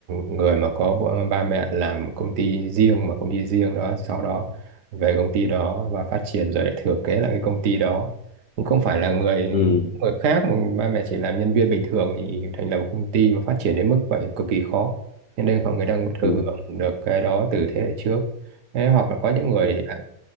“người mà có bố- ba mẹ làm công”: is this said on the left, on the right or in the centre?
Right